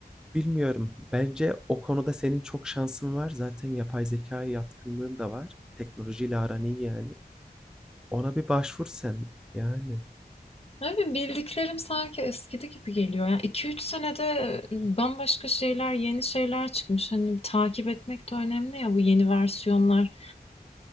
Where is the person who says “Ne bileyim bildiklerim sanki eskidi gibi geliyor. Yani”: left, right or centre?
Left